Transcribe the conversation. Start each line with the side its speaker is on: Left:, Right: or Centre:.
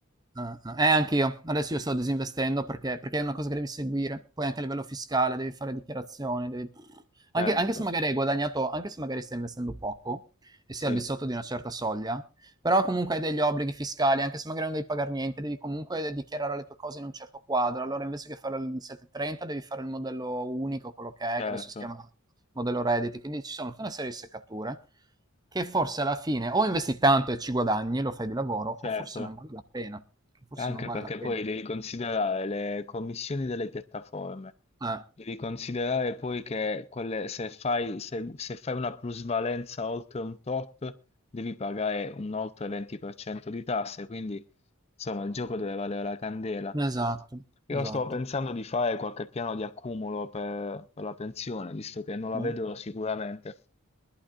Right: Ah, ah. Eh, anch'io. Adesso io sto disinvestendo perché perché è una cosa che devi seguire. Poi anche a livello fiscale devi fare dichiarazioni, devi anche
Left: Certo,
Right: anche se magari hai guadagnato anche se magari stai investendo poco e
Left: sì,
Right: sei al di sotto di una certa soglia, però comunque hai degli obblighi fiscali, anche se magari non devi pagar niente, devi comunque dichiarare le tue cose in un certo quadro. Allora invece che fare il 730 devi fare il modello unico, quello che
Left: certo,
Right: è, che adesso si chiama modello Reddit, quindi ci sono tutta una serie di seccature che forse alla fine o investi tanto e ci guadagni, lo fai di lavoro, o
Left: certo,
Right: forse non vale la pena. Forse
Left: anche
Right: non vale
Left: perché
Right: la pena.
Left: poi devi considerare le commissioni delle piattaforme,
Right: Eh,
Left: devi considerare poi che quelle- se fai, se- se fai una plusvalenza oltre un tot, devi pagare un oltre 20% di tasse, quindi insomma il gioco deve valere la candela.
Right: esatto,
Left: Io
Right: esatto.
Left: stavo pensando di fare qualche piano di accumulo per, per la pensione, visto che non la
Right: Eh.
Left: vedo sicuramente,